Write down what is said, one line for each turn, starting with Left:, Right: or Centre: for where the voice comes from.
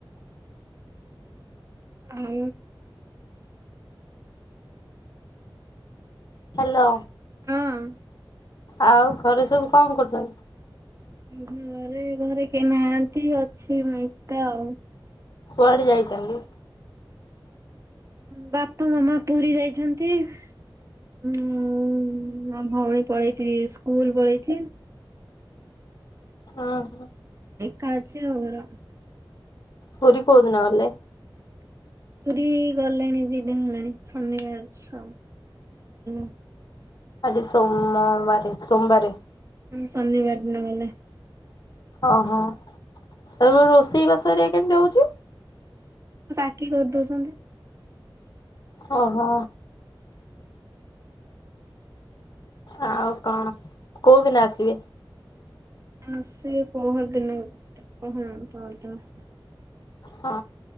Right: ହଉ।
Left: ହ୍ୟାଲୋ।
Right: ହଁ
Left: ଆଉ ଘରେ ସବୁ କଣ କରୁଛନ୍ତି?
Right: ଘରେ ଘରେ କେହି ନାହାନ୍ତି। ଅଛି ମୁଁ ଏକା ଆଉ।
Left: କୁଆଡେ ଯାଇଛନ୍ତି?
Right: ବାପା ମାମା ପୁରୀ ଯାଇଛନ୍ତି। ଉଁ ଆଉ ଭଉଣୀ ପଳେଇଛି ସ୍କୁଲ ପଳେଇଛି।
Left: ଅ ହୋ।
Right: ଏକା ଅଛି। <unintelligible>
Left: ପୁରୀ କୋଉଦିନ ଗଲେ?
Right: ପୁରୀ ଗଲେଣି ଦି ଦିନ ହେଲାଣି। ଶନିବାର। <unintelligible>
Left: ଆଜି ସୋମବାରେ ସୋମବାରେ।
Right: ହଁ ଶନିବାର ଦିନ ଗଲେ।
Left: ଓହୋ ତ ରୋଷେଇ ବାସରେ କେମତି ହଉଛି?
Right: ମୋ କାକି କରିଦଉଛନ୍ତି।
Left: ଓହୋ। ଆଉ କଣ କୋଉଦିନ ଆସିବେ?
Right: ଆସିବେ ପହରଦିନ ବୋଧେ ହଁ ପହରଦିନ।
Left: ହଁ